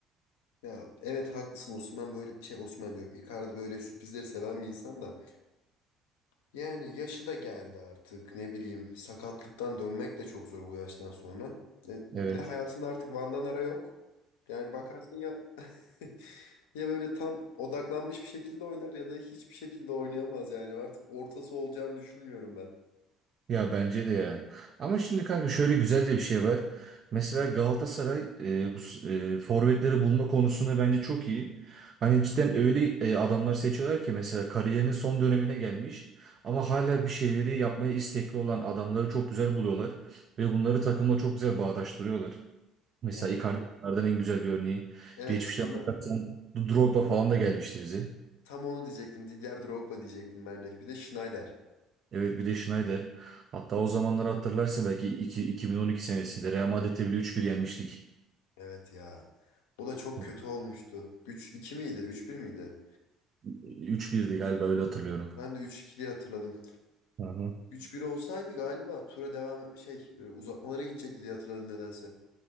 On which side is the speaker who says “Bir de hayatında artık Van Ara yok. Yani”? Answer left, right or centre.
Left